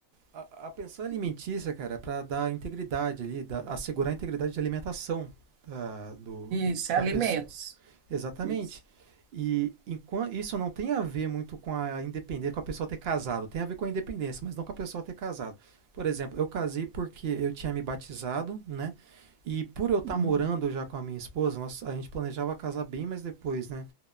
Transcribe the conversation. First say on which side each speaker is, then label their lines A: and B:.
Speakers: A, on the right; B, on the right.
A: a, a pensão alimentícia, cara, é para dar integridade ali, da- assegurar a integridade de alimentação da, do, do-
B: Isso,
A: da
B: é alimentos.
A: pessoa. Exatamente.
B: Isso.
A: E enquan- isso não tem a ver muito com a independência, com a pessoa ter casado. Tem a ver com a independência, mas não com a pessoa ter casado. Por exemplo, eu casei porque eu tinha me batizado, né? E por eu estar
B: Uhum.
A: morando já com a minha esposa, nós, a gente planejava casar bem mais depois, né?